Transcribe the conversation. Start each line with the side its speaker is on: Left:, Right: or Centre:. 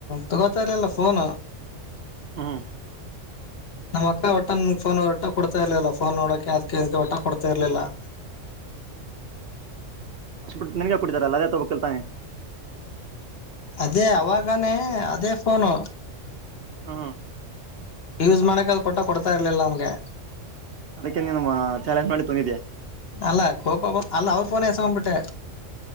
Left: ತಗೋತಾ ಇರ್ಲಿಲ್ಲ ಫೋನು.
Right: ಹ್ಮ್
Left: ನಮ್ಮ್ ಅಕ್ಕ ಒಟ್ಟನ ಫೋನ್ ಒಟ್ಟ್ಗೆ ಕೊಡ್ತಾ ಇರ್ಲಿಲ್ಲ ಫೋನ್ ನೋಡಕೆ ಅದ್ಕೆ ಒಟ್ಟಗ್ ಕೊಡ್ತಾ ಇರ್ಲಿಲ್ಲ. <inaudible>
Right: ಅಷ್ಬಟ್ಟು ನಿನ್ಗೆ ಕೊಟ್ಟಿದಾರಲ್ಲ ಅಜಾ <unintelligible> ತೊಗೋಬೇಕ್ತಾನೆ.
Left: ಅದೇ ಅವಾಗಾನೇ ಅದೇ ಫೋನು.
Right: ಹ್ಮ
Left: ಯೂಸ್ ಮಾಡಕ ಅದು ಕೊಟ್ಟ ಕೊಡ್ತಾ ಇರ್ಲಿಲ್ಲ ಅವನ್ಗೆ
Right: ಅದಕ್ಕೆ ನೀನು ಚಾಲೆಂಜ್ ಮಾಡಿ ತಂದಿದ್ಯಾ
Left: ಅಲ್ಲ ಕಪ ಅಲ್ಲ ಅವರು ಫೋನೇ ಎಸೋಂಬುಟ್ಟೆ.